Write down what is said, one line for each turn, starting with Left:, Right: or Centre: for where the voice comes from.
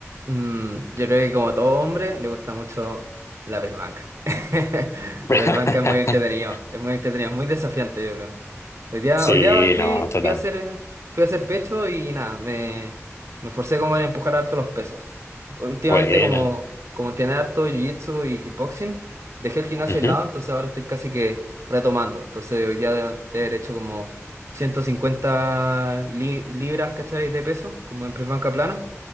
Right: Mm, yo creo que como todo hombre le gusta mucho la perbanca. <laughs>
Left: <laughs>
Right: La perbanca es muy entretenido, es muy entretenido, es muy desafiante, yo creo. Hoy día,
Left: Sí,
Right: hoy día fui,
Left: no, total.
Right: fui a hacer, eh, fui a hacer pecho y nada, me, me forcé como en empujar harto los pesos. Últimamente
Left: Bueno.
Right: como, como entrené harto jiu-jitsu y kickboxing, dejé el gimnasio
Left: Ujú,
Right: de lado, entonces ahora estoy casi que retomando. Entonces hoy día de haber hecho como 150 li- libras, ¿cachai? De peso, como en press banca plana